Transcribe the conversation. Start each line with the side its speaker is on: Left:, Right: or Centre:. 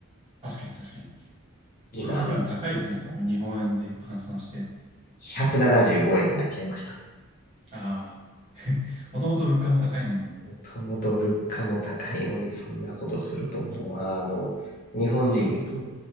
Right: 確かに確かに。
Left: 今、
Right: スイスフラン高いですよね。多分日本円で換算して。
Left: 175円になっちゃいました。
Right: ああ。<laughs> もともと物価も高いのにも。
Left: ともと物価も高いのにそんなことするともう、あの、日本人、
Right: そうですよね。